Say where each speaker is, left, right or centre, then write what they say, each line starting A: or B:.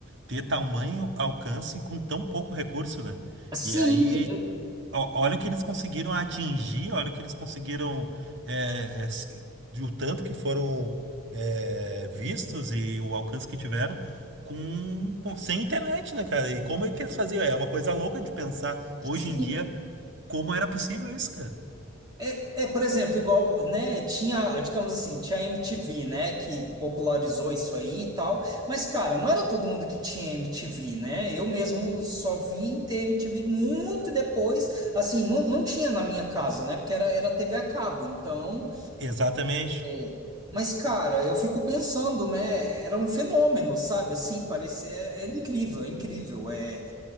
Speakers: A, on the right; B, on the right.
A: ter tamanho alcance com tão pouco recurso, né?
B: Sim,
A: E aí
B: eh,
A: Ó- Olha o que eles conseguiram atingir, olha o que eles conseguiram, é, é, se- de o tanto que foram é, vistos e o alcance que tiveram com, com- sem internet, né, cara? E como é que eles faziam? É uma coisa louca de pensar
B: sim.
A: hoje em dia como era possível isso, cara.
B: É, é, por exemplo, igual, né, tinha, digamos assim, tinha a MTV, né, que popularizou isso aí e tal, mas, cara, não era todo mundo que tinha MTV, né? Eu mesmo só vim ter MTV muito depois, assim, não, não tinha na minha casa, né, porque era, era TV a cabo, então...
A: Exatamente.
B: É. Mas, cara, eu fico pensando, né? Era um fenômeno, sabe? Assim, parecia. É, é incrível, é incrível. É...